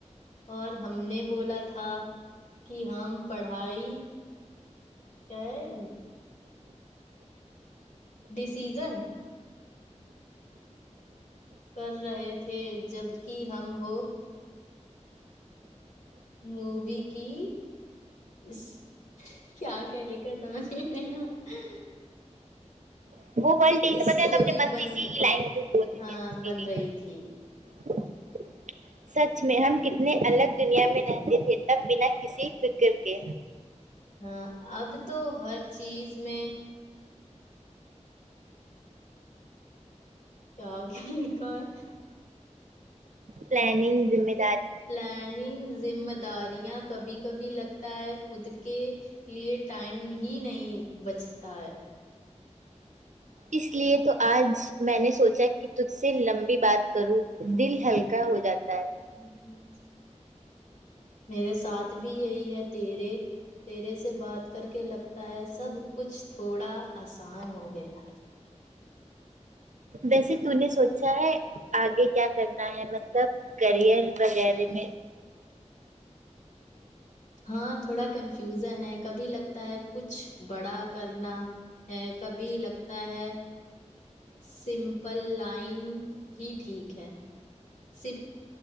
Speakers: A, on the left; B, on the right.
A: اور ہم نے بولا تھا کہ ہم پڑھائی کیا یں ڈسیزن کر رہے تھے جبک ہم وہ مووی کی اس کیا کیا لکھا سمجھ نہیں آتا
B: وہ بولتی
A: اسٹوری
B: سمجھ میں تو اپنے من
A: بن
B: سے اسی کی لائگج بول دیجیے
A: ہاں بن
B: دیدی
A: رہی تھی
B: <unintelligible> سچ میں ہم کتنے الگ دنیا میں رہتے تھے تب بنا کسی فکر کے
A: ہاں اب تو ہر چیز میں کیا کیا لکھا ہے
B: پلاننگ ویمن
A: پلاننگ ذمہ داریاں کبھی کبھی لگتا ہے خود کے لیے ٹائم ہی نہیں بچتا ہے
B: اس لیے تو آج میں نے سوچا کہ تجھ سے لمبی بات کروں دل ہل کا ہو جاتا ہے
A: <unintelligible> میرے ساتھ بھی یہی ہے تیرے تیرے سے بات کر کے لگتا ہے سب کچھ تھوڑا آسان ہو گیا
B: ویسے تو نے سوچا ہے آگے کیا کرنا ہے مطلب کرئر وغیرہ میں
A: ہاں تھوڑا کنفیوزن ہے کبھی لگتا ہے کچھ بڑا کرنا ہے کبھی لگتا ہے سمپل لائن ہی ٹھیک ہے سپ